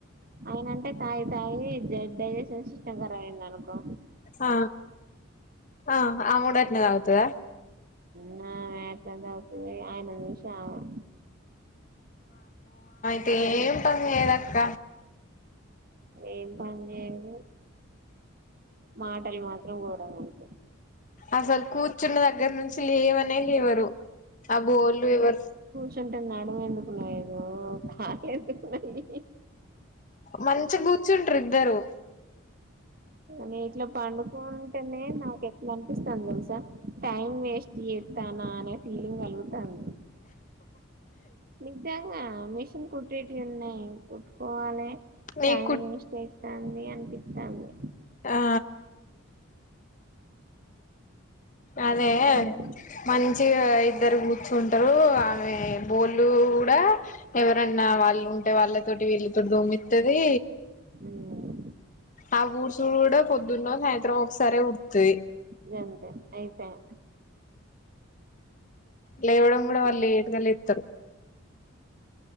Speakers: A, on the right (about 45°); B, on the left (about 35°).
A: అయనంటే తాగి తాగి జ డైజెషన్ సిస్టమ్ కరబైదనుకో
B: ఆ ఆ ఆమే కూడ అట్నే తాగుతాద
A: మ్ ఆమే అట్లానే తాగుతది అయను చీసి అమ
B: ఎం పని చేయడక్క
A: ఏం పని చేయద్ మాట్ టల్ మాత్రం గోరంగుంటాయ్
B: అసలు కూర్చున్న దగ్గర నుంచి లేవనే లేవరు ఆ బోళ్ళు ఎవర్
A: కూర్చుంటే నడుమెందుకు నోయ్యదో కాళ్లేందుకు నోయ్
B: మంచిగ కూర్చుంటారు ఇద్దరు
A: నే ఇట్లా పండుకుంటేనే నాకు ఎట్లా అంప్ పిస్థాంది తెలుసా టైం వేస్ట్ చేత్తనా అనే ఫీలింగ్ కలుగుతంది నిజంగా మిషన్ కుట్టేటివి ఉన్నాయి కుట్టుకోవాలే
B: నీకు
A: టైం వెస్ట్ టైంతాంది అనిపితంది
B: ఆ అదే
A: చాలు
B: మంచ్ మంచిగ ఇద్దరు కూర్చుంటారు ఆమె బోళ్ళు కూడా ఎవరన్నా వాళ్ళు లో ఉంటే వాళ్ళతోటి వీళ్ళతోటి దోమిత్తది
A: మ్మ్
B: ఆ ఊడ్సుడు కూడా పొద్దున్నో సాయంత్రమొ ఒకసారిే ఉడుత్తది
A: గంతే ఆయిపాయె
B: లేవడం కూడా వాళ్ళు లేట్గా లేత్తరు